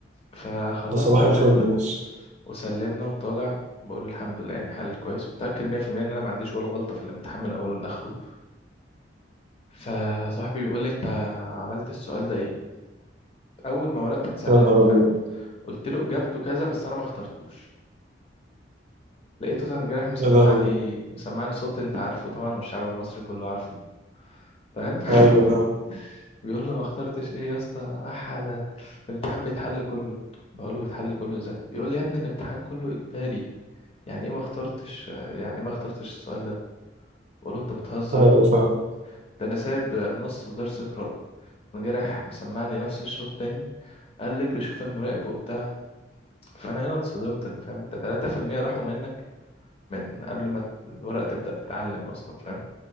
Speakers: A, on the left (about 35°); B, on the right (about 40°).
A: فخلصنا
B: ده صباح
A: اللجنة
B: الفل بص
A: وسلمنا وطالع بقول الحمد لله يعني حل كويس متأكد 100% ان انا ما عنديش ولا غلطة في الامتحان من اوله لاخره فصاحبي بيقول لي انت عملت السؤال ده ايه اول ما ورقت اتسلمت
B: يا نهار
A: فاهم
B: ابيض
A: قلت له اجابته كذا بس انا ما اخترتوش لقيته تنجرح مسمعني
B: يا لهوي
A: مسمعني صوت انت عارفه طبعا والشعب المصري كله عارفه فاهم <laughs>
B: ايوه فاهم
A: بيقول له ما اخترتش ايه يا اسطى احد الامتحان بيتحل كله بقول له بيتحل كله ازاي بيقول لي يا ابني الامتحان كله اجباري يعني ايه ما اخترتش يعني ايه ما اخترتش السؤال ده بقول له انت بتهزر
B: ايوه فاهم
A: ده انا سايب نص ودرس قراءة انا جارح مسمعني نفس الشوط تاني قال لي اجري شوف المراقب وبتاع فانا هنا اتصدمت انت فاهم انت 3% راحوا منك من قبل ما الورقة تبدأ تتعلم اصلا فاهم